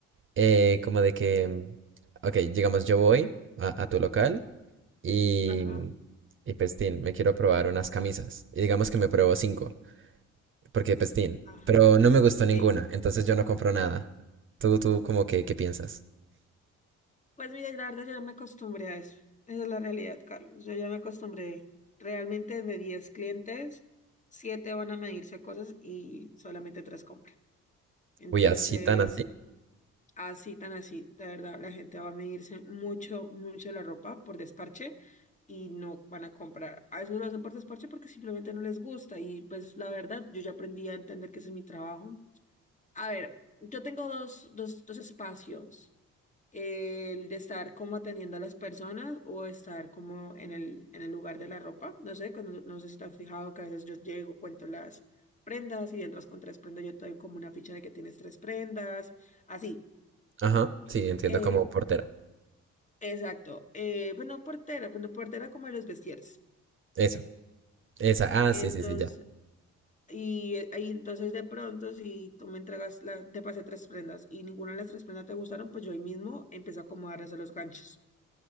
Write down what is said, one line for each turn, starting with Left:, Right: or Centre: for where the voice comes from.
Right: Eh, como de que, mm, ok, digamos, yo voy a, a tu local y,
Left: Ajá,
Right: y pues, tin, me quiero probar unas camisas. Y digamos que me pruebo cinco. porque pestín,
Left: ajá,
Right: pero no me gustó ninguna,
Left: sí.
Right: entonces yo no compro nada. ¿Tú, tú como que, qué piensas?
Left: Pues mira, la verdad yo ya me acostumbré a eso. Esa es la realidad, Carlos. Yo ya me acostumbré. Realmente de 10 clientes, 7 van a medirse cosas y solamente 3 compran. Entonces,
Right: Uy, así tan así.
Left: así tan así, de verdad, la gente va a medirse mucho, mucho la ropa por desparche y no van a comprar. A veces no lo hacen por desparche porque simplemente no les gusta y pues la verdad, yo ya aprendí a entender que ese es mi trabajo. A ver, yo tengo dos, dos, dos espacios el de estar como atendiendo a las personas o estar como en el, en el lugar de la ropa. No sé, cuando- no sé si te has fijado que a veces yo llego, cuento las prendas y entras con tres prendas, yo te doy como una ficha de que tienes tres prendas, así.
Right: Ajá, sí, entiendo
Left: Eh,
Right: como portera.
Left: exacto. Eh, pues no portera, pues no portera como de los vestieres.
Right: Eso, esa, ah,
Left: Entonces,
Right: sí, sí, sí, ya.
Left: y eh, ahí entonces de pronto si tú me entregas, la, te pasé tres prendas y ninguna de las tres prendas te gustaron, pues yo ahí mismo empiezo a acomodarles a los ganchos.